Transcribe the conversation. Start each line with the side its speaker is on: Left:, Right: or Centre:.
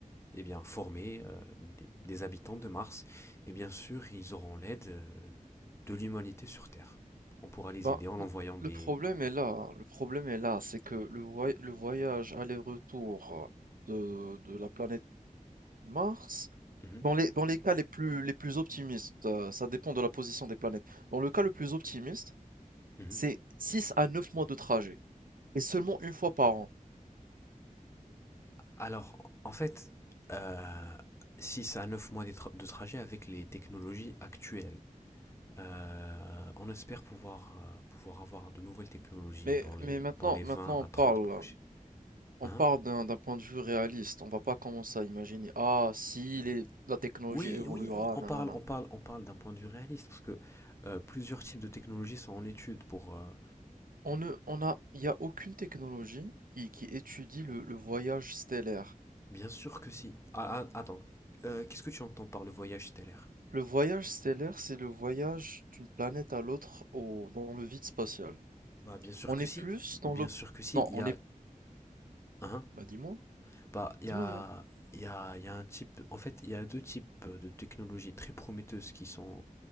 Left: eh bien, former euh, des, des habitants de Mars. Et bien sûr, ils auront l'aide euh, de l'humanité sur Terre. On pourra les
Right: Ben,
Left: aider en
Right: l-
Left: envoyant des...
Right: le problème est là, le problème est là, c'est que le, voy- le voyage aller-retour de, de la planète Mars,
Left: Mhm,
Right: dans les, dans les cas les plus, les plus optimistes, euh, ça dépend de la position des planètes, dans le cas le plus optimiste,
Left: mhm.
Right: c'est 6 à 9 mois de trajet, et seulement une fois par an.
Left: Alors, en fait, euh, 6 à 9 mois de, tra- de trajet avec les technologies actuelles. Euh, on espère pouvoir, euh, pouvoir avoir de nouvelles technologies
Right: Mais,
Left: dans les,
Right: mais maintenant,
Left: dans les
Right: maintenant
Left: 20
Right: on
Left: à
Right: parle,
Left: 30 prochains.
Right: on
Left: Hein
Right: parle d'un d'un point de vue réaliste, on va pas commencer à imaginer, ah, si les- la technologie
Left: oui,
Right: évoluera,
Left: oui, oui, on parle,
Right: nanana.
Left: on parle, on parle d'un point de vue réaliste parce que euh, plusieurs types de technologies sont en étude pour. euh,
Right: On ne, on a, il n'y a aucune technologie qui, qui étudie le, le voyage stellaire.
Left: bien sûr que si. Ah, ah, attends, euh, qu'est-ce que tu entends par le voyage stellaire
Right: Le voyage stellaire, c'est le voyage d'une planète à l'autre au, dans le vide spatial.
Left: Bah, bien sûr
Right: On
Left: que
Right: est
Left: si.
Right: plus
Left: Bien
Right: dans l'op...
Left: sûr que si.
Right: Non,
Left: Il y
Right: on
Left: a.
Right: est...
Left: Hein
Right: Bah dis-moi,
Left: Bah, il
Right: dis-moi,
Left: y a,
Right: dis-moi.
Left: il y a, il y a un type. En fait, il y a deux types de technologies très prometteuses qui sont,